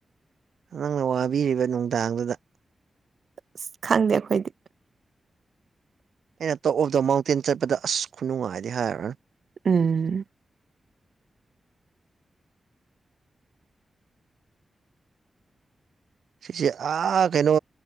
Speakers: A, on the right; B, on the right.
A: ꯅꯪꯅ ꯋꯥꯕꯤꯔꯤꯕ ꯅꯨꯡꯗꯥꯡꯗꯨꯗ
B: ꯑ ꯈꯪꯗꯦ ꯑꯩꯈꯣꯏꯗꯤ
A: ꯑꯩꯅ ꯇꯣꯞ ꯑꯣꯐ ꯗ ꯃꯥꯎꯟꯇꯦꯟ ꯆꯠꯄꯗ ꯑꯁ ꯈꯨꯅꯨꯡꯉꯥꯏꯗꯤ ꯍꯥꯏꯅ
B: ꯎꯝ
A: ꯁꯤꯁꯦ ꯑꯥ ꯀꯩꯅꯣ